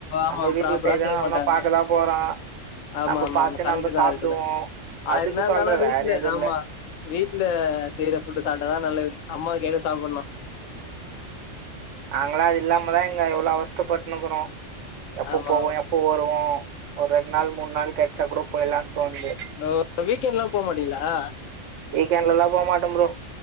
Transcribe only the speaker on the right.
நம்ம வீட்ல
செய்த
அவனா
பாக்கதா போறா
நம்ப
பாத்து
நம்ப சாப்டுவோ
அதுக்கு
சொல்ற
வேற எது இல்ல
உம் நாங்களா அது இல்லாமதா இங்க இவ்ளோ அவஸ்தப்பட்ன்னுக்குறோ எப்போ
போவோ எப்போ வருவோ ஒரு ரெண்டு நாள் மூண் நாள் கெச்சா கூட போய்ர்லான் தோண்து
வீக்கெண்ட்ல எல்லா போ மாட்ட ப்ரோ